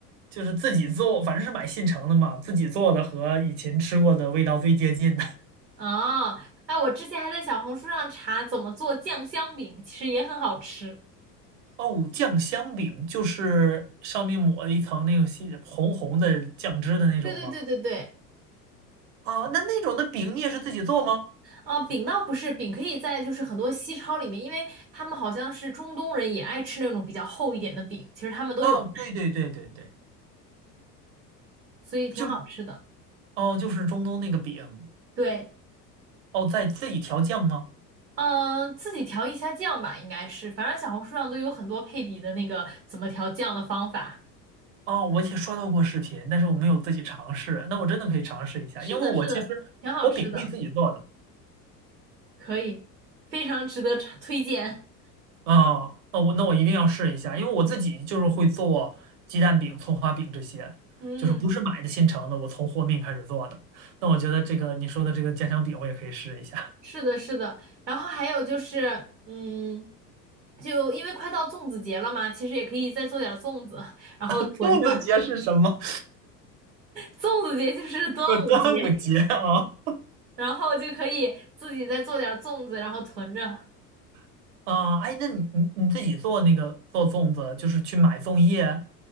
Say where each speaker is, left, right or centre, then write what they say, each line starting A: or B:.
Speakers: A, on the right; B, on the right.
A: 就是自己做，反正是买现成的嘛，自己做的和以前吃过的味道最接近的。
B: 啊，哎，我之前还在小红书上查怎么做酱香饼，其实也很好吃。
A: 哦，酱香饼就是上面抹了一层那种细红红的酱汁的那种吗？
B: 对对对对对。
A: 啊，那那种的饼你也是自己做吗？
B: 啊，饼倒不是，饼可以在就是很多西超里面，因为他们好像是中东人也爱吃那种比较厚一点的饼，其实他们都有卖，
A: 哦，对对对对对，
B: 所以挺好吃的。
A: 就是哦，就是中东那个饼，
B: 对，
A: 哦，在自己调酱吗？
B: 嗯，自己调一下酱吧，应该是，反正小红书上都有很多配比的那个怎么调酱的方法。
A: 哦，我也刷到过视频，但是我没有自己尝试。那我真的可以尝试一下，
B: 是的，
A: 因为我其实我饼可以自己做的。
B: 是的，挺好吃的，可以，非常值得尝推荐。
A: 啊、那我那我一定要试一下，因为我自己就是会做鸡蛋饼、葱花饼这些，
B: 嗯，
A: 就是不是买的现成的，我从和面开始做的。那我觉得这个你说的这个家香饼，我也可以试一下。
B: 是的，是的。然后还有就是，嗯，就因为快到粽子节了嘛，其实也可以再做点儿粽子，然后囤着。
A: <laughs> 粽子节是什么？
B: 粽子节就是端午节，
A: 呃，端午节啊
B: 然后就可以自己再做点儿粽子，然后囤着。
A: <laughs> 啊！哎，那你你你自己做那个做粽子，就是去买粽叶